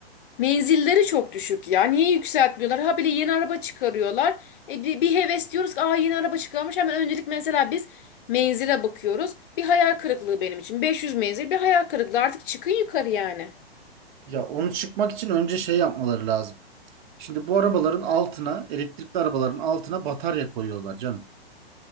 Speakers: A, on the left; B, on the right.
A: Menzilleri çok düşük ya. Niye yükseltmiyorlar? Ha bile yeni araba çıkarıyorlar. E, bir, bir heves diyoruz ki Aa, yeni araba çıkarmış. Hemen öncelik mesela biz menzile bakıyoruz. Bir hayal kırıklığı benim için. 500 menzil bir hayal kırıklığı. Artık çıkın yukarı yani.
B: Ya onu çıkmak için önce şey yapmaları lazım. Şimdi bu arabaların altına elektrikli arabaların altına batarya koyuyorlar canım.